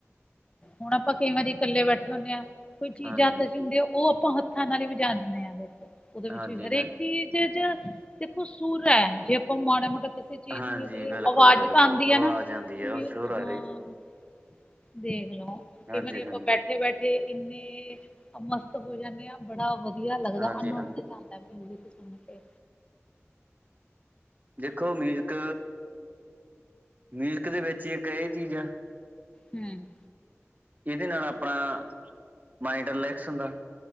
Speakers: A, on the left; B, on the right.
A: ਹੁਣ ਆਪਾਂ ਕਈ ਵਾਰੀ ਕੱਲੇ ਬੈਠੇ ਹੁੰਨੇ ਆਂ ਕੋਈ ਚੀਜ਼
B: ਹਾਂਜੀ
A: ਹੱਥ 'ਚ ਹੁੰਦੀ ਆ ਓ ਆਪਾਂ ਹੱਥਾਂ ਨਾਲ ਈ ਵਜਾ ਦੇਨੇ ਆ ਦੇਖੋ, ਉਦੇ ਵਿੱਚ
B: ਹਾਂਜੀ
A: ਵੀ ਹਰੇਕ
B: ਹਾਂ
A: ਚੀਜ਼ 'ਚ ਦੇਖੋ ਸੂਰ ਐ ਜੇ ਆਪਾਂ ਮਾੜਾ ਮੋਟਾ ਕਿਸੇ ਚੀਜ਼
B: ਹਾਂਜੀ
A: ਨੂੰ ਵੀ ਕਰੀਏ
B: ਬਿਲਕੁਲ
A: ਆਵਾਜ਼
B: ਬਿਲਕੁਲ
A: ਤਾਂ ਆਂਦੀ
B: ਆਵਾਜ਼
A: ਐ ਨਾ
B: ਆਉਂਦੀ ਹੈ ਉਹ ਸ਼ੋਰ ਆ
A: ਹਾਂ।
B: ਰਹੀ
A: ਦੇਖ ਲੋ,
B: ਹਾਂਜੀ
A: ਕਈ ਵਾਰੀ ਆਪਾਂ
B: ਹਾਂਜੀ
A: ਬੈਠੇ
B: ਬਿਲਕੁਲ
A: ਬੈਠੇ ਠੇ ਇੰਨੇ ਮਸਤ ਹੋ ਜਾਂਨੇ ਆ ਬੜਾ ਵਦੀਆ ਲੱਗਦਾ
B: ਹਾਂਜੀ
A: ਆਨੰਦ
B: ਹਾਂਜੀ
A: ਤੇ ਆ ਐ ਮਿਊਜ਼ਿਕ ਸੁਨ ਕੇ।
B: ਦੇਖੋ ਮਿਊਜ਼ਿਕ ਮਿਊਜ਼ਿਕ ਦੇ ਵਿੱਚ ਈ ਇੱਕ ਐ ਚੀਜ਼ਾਂ ਆ।
A: ਹੂੰ।
B: ਇਦੇ ਨਾਲ ਆਪਣਾ ਮਾਇੰਡ ਰਿਲੈਕਸ ਹੁੰਦਾ।